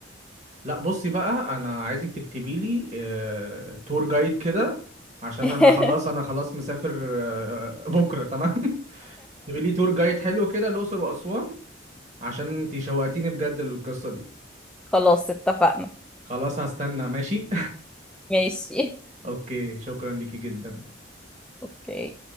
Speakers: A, on the right; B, in the centre.
A: لا بصي بقى انا عايزك تكتبي لي آه، تور جايد كده عشان
B: <laughs>
A: انا خلاص انا خلاص مسافر آه، بكره تمام <laughs> تبقي لي تور جايد حلو كده الاقصر واسوان عشان انتي شوقتيني بجد للقصه دي
B: خلاص اتفقنا
A: خلاص هستنى ماشي
B: ماشي
A: <laughs> اوكي شكرا ليكي جدا
B: اوكي